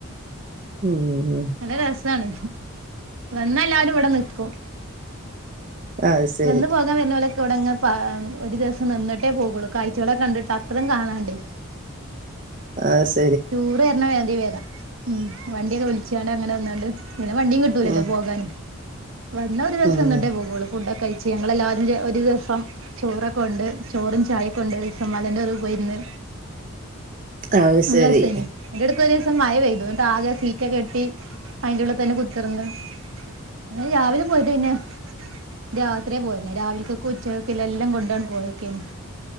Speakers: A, on the right; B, on the right.
A: ഉം
B: നല്ല രസാണ് വന്ന എല്ലാവരും ഇവിടെ നിക്കും
A: അത് ശരി
B: വന്ന് പോ നിക്കാൻ വരുന്നോലൊക്കെ ഇവിടെങ് ഒരു ദിവസം നിന്ന്ട്ടേ പോകുള്ളൂ കാഴ്ചകളെ കണ്ടിട്ട് അത്രം കാണാണ്ടേ
A: ആഹ് സ
B: ടൂറ് വരുന്ന വേയന്തിവര ഉം വണ്ടിയൊക്കെ വിളിച്ചാണ്ട് അങ്ങനെ വന്നാണ്ട് പിന്നെ വണ്ടിയും കിട്ടൂലല്ലോ
A: ഉം
B: പോകാന് വന്ന ഒരു ദിവസം
A: ഉം
B: നിന്ന്ട്ടെ പോകുള്ളൂ ഫുടൊക്കെ കഴി ച്ച് ഞങ്ങളെല്ലാരും ഒരു ദിവസം ചോറൊക്കെകോണ്ട് ചോറും ചായയൊക്കെ കൊണ്ട് ഒരു ദിവസം മലൻ്റെ നെറു പോയിരുന്ന്
A: അത്
B: നല്ലേസേയിനി
A: ശരി
B: അയിന്റെ അടുത്ത് ഒരീസം മഴ പെയ്തു എന്നിട്ട് ആകെ സീറ്റൊക്കെട്ടി അയിന്റുള്ള് തന്നെ കുത്തിർന്ന് ഞങ്ങൾ രാവിലെ പോയിട്ട് പിന്നെ രാത്രിേ പോയന്നെ രാവിലക്കൊക്കെ ഉച്ചയൊക്കെല്ല എല്ലാം കൊണ്ടാണ് പോയൊക്കെന്